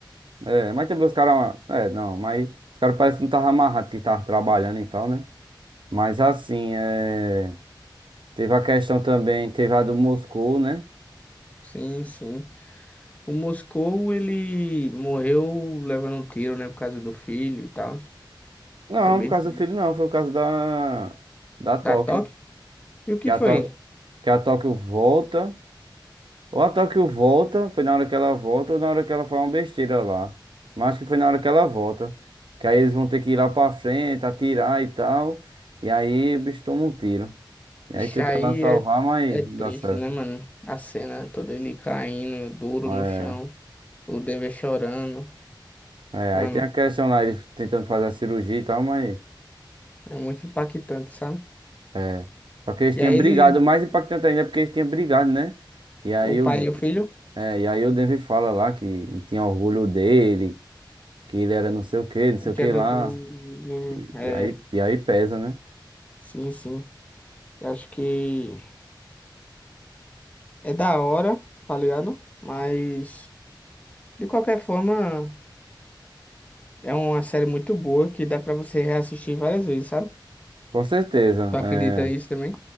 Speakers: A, on the right (about 80°); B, on the left (about 15°).
A: É, mas também os caras. É, não, mas os caras parecem que não estavam amarrados que estavam trabalhando e tal, né? Mas assim, é, teve a questão também, teve a do Moscou, né?
B: Sim, sim. O Moscou, ele morreu levando um tiro, né? Por causa do filho e tal.
A: Não,
B: Foi bem
A: por causa
B: triste.
A: do filho, não, foi por causa da, da Tóquio.
B: Da Tóquio? E o que
A: Que a,
B: foi?
A: Tó... que a Tóquio volta. Ou a Tóquio volta, foi na hora que ela volta, ou na hora que ela faz uma besteira lá. Mas acho que foi na hora que ela volta. Que aí eles vão ter que ir lá pra frente, atirar e tal. E aí o bicho toma um tiro. E
B: Isso
A: aí tenta
B: aí
A: lá salvar,
B: é,
A: mas
B: é
A: não
B: triste,
A: dá certo.
B: né, mano? A cena toda ele caindo duro
A: É,
B: no chão, o Denver chorando.
A: é,
B: Mano,
A: aí tem a questão lá, eles tentando fazer a cirurgia e tal, mas.
B: é muito impactante, sabe?
A: É. Só que eles
B: E
A: tinham
B: aí
A: brigado,
B: ele,
A: o mais impactante ainda é porque eles tinham brigado, né? E aí
B: o pai
A: o,
B: e o filho,
A: é, e aí o Denver fala lá que não tinha orgulho dele, que ele era não sei o que, não sei o
B: quero.
A: que lá.
B: É, do-
A: E,
B: do- é,
A: e aí, e aí pesa, né?
B: sim, sim. Eu acho que é da hora, tá ligado? Mas, de qualquer forma, é uma série muito boa que dá pra você reassistir várias vezes, sabe?
A: Com certeza,
B: Tu acredita
A: é,
B: nisso também?